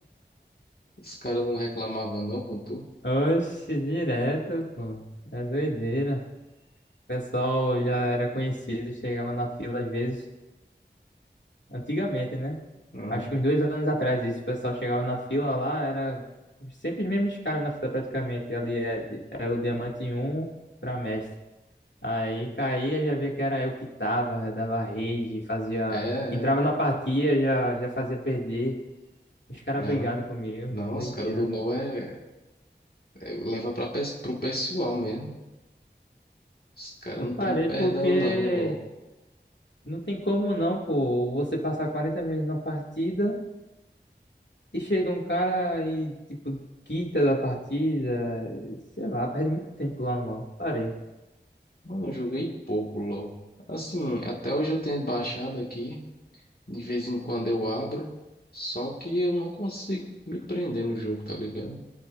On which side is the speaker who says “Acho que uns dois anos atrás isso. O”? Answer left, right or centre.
Left